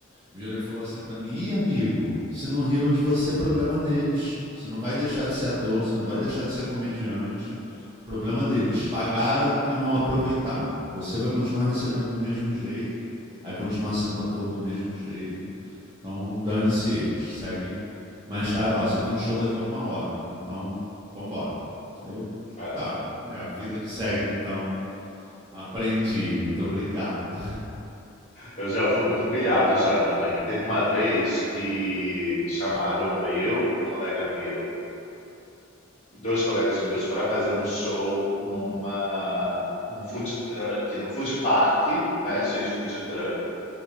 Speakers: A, on the right (about 20°); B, on the left (about 30°).
A: Virou e falou assim pra mim: Ih, amigo, se não riram de você, problema deles. Você não vai deixar de ser ator, você não vai deixar de ser comediante. Problema deles. Pagaram e não aproveitaram. Você vai continuar recebendo do mesmo jeito, vai continuar sendo ator do mesmo jeito. Então, dane-se eles. Segue. Mas tá, ó, você tem um show daqui a uma hora, então vambora. Aí eu,
B: É,
A: tá, é a vida que segue então. Aprendi, muito obrigado.
B: Eu já fui muito humilhado já também. Teve uma vez que chamaram eu, um colega meu, dois colegas meus para fazer um show numa num food truck, no food park, né, cheio de food truck,